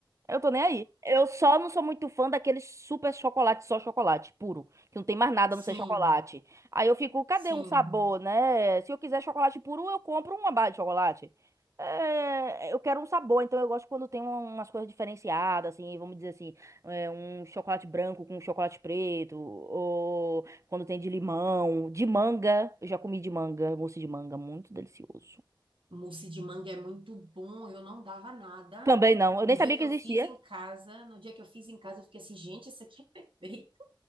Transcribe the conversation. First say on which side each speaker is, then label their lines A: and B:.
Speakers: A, on the right; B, on the right.
A: Eu tô nem aí. Eu só não sou muito fã daquele super chocolate, só chocolate puro, que não tem mais nada
B: Sim,
A: a não ser chocolate. Aí eu fico, cadê
B: sim.
A: um sabor, né? Se eu quiser chocolate puro, eu compro uma barra de chocolate. É, eu quero um sabor, então eu gosto quando tem uma- umas coisas diferenciadas, assim, vamos dizer assim, é, um chocolate branco com chocolate preto, ou quando tem de limão, de manga. Eu já comi de manga, mousse de manga, muito delicioso.
B: Mousse de manga é muito bom. Eu não dava nada.
A: Também não, eu
B: No
A: nem sabia
B: dia que
A: que
B: eu
A: existia.
B: fiz em casa, no dia que eu fiz em casa, eu fiquei assim, gente, isso aqui é perfeito.